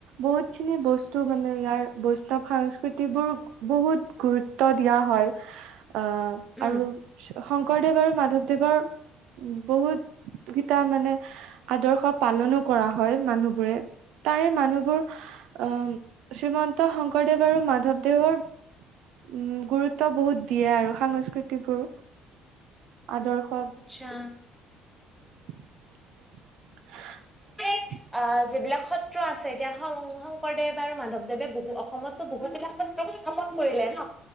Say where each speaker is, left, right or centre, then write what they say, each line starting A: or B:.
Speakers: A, on the right; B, in the centre.
A: বহুত খিনি বস্তু মানে ইয়াৰ বৈষ্ণৱ সংস্কৃতিবোৰ বহুত গুৰুত্ব দিয়া হয়। অঁ
B: উম।
A: আৰু শংকৰদেৱ আৰু মাধৱদেৱৰ বহুতকেইটা মানে আদৰ্শ পালনো কৰা হয় মানুহবোৰে তাৰে মানুহবোৰ অম শ্ৰীমানন্ত শংকৰদেৱ আৰু মাধৱদেৱৰ। উম গুৰুত্ব বহুত দিয়ে আৰু সংস্কৃতিবোৰ আদৰ্শ
B: আচ্ছা
A: <unintelligible>
B: অঁ যিবিলাকত পত্ৰ আছে এতিয়া শং শংকৰদেৱ আৰু মাধৱদেৱে বহু অসমতো বহু বিলাক পত্ৰ স্থাপন কৰিলে ন